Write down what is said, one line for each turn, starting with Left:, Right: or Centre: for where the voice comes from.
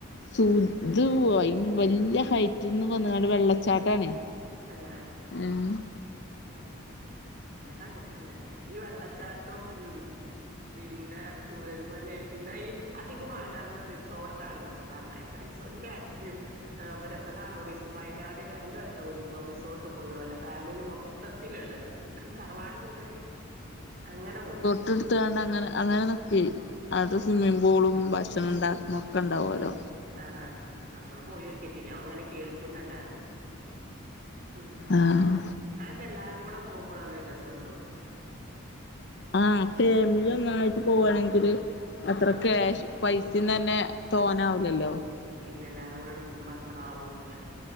Left: <unintelligible> വല്ല്യേ ഹൈറ്റ്ന്ന് വന്ന്ങ്ങാണ്ട് വെള്ളച്ചാട്ടാണെ
Right: തന്നെ
Left: <unintelligible>
Right: ആഹ് ഞാൻ കണ്ടിട്ടില്ല ഈ വെള്ളച്ചാട്ടവും ഉ പിന്നെ ചൂരൽമലയും പിന്നെ ഈ അധികം വയനാട്ടില റിസോർട്ട ആണൊക്കെ പറഞ്ഞേക്ക റിസോർ ന്റെ ഏട്ടത്തി അവരൊക്കെ കാണാം വയനാട് രണ്ടും വട്ടം ഓല്ഇപ്പോ റിസോർട്ട് പോയോ ഓലഫാമിലി മൊത്തം മൊത്തത്തിലുള്ളത് തറവാട് മുതൽ അങ്ങനെ പോകും
Left: റീസോട്ട് ഇടുത്തണ്ടാണ്ട് അങ്ങനെ നിക്കെ അത് സിമ്മിംഗ്പൂളും ഭക്ഷണം ഉണ്ടാക്കും ഒക്കെ ഉണ്ടാവുല്ലോ
Right: ആഹ് നമ്മള് പോയോക്കിട്ടില്ല അങ്ങനെ കേൾക്കുംന്നല്ലാതാ ഉം
Left: ആഹ്
Right: അതെക്കെഎല്ലാരും കൂടെ പോകുമ്പോഴാണ് രസം തോന്നാ
Left: ആഹ് ഫേമിലി ഒന്നായിട്ട് പോകയാണെങ്കില് അത്ര
Right: ആഹ്
Left: ക്യാഷ് പൈസ തന്നെ തോനാവുലല്ലോ
Right: പിന്നെ എല്ലാരും കൂടെ എടുക്കുമ്പോ അത്ര ആവൂല്ല